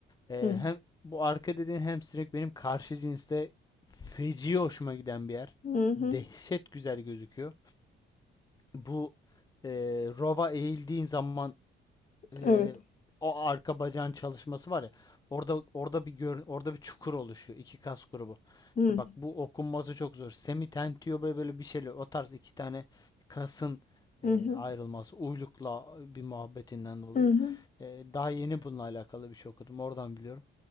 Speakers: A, on the left; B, on the left.
A: Ee,
B: hı.
A: hem bu arka dediğin hamstring benim karşı cinste feci hoşuma giden bir yer.
B: Hı hı,
A: Dehşet güzel gözüküyor. Bu e, rova eğildiğin zaman e,
B: evet.
A: o arka bacağın çalışması var ya. Orada orada bir gör, orada bir çukur oluşuyor iki kas grubu.
B: Hı,
A: E bak bu okunması çok zor. Semitentio böyle böyle bir şeyler. O tarz iki tane kasın e,
B: hı hı,
A: ayrılması uylukla bir muhabbetinden dolayı.
B: hı hı.
A: E, daha yeni bununla alakalı bir şey okudum. Oradan biliyorum.